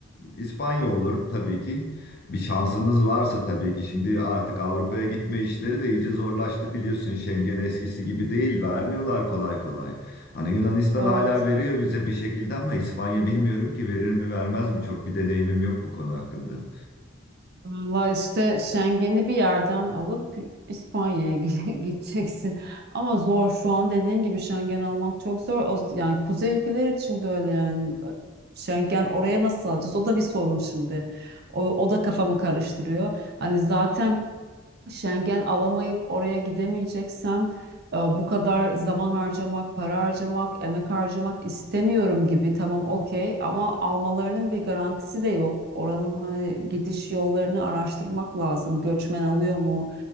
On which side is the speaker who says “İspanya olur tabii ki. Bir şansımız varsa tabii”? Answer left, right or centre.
Left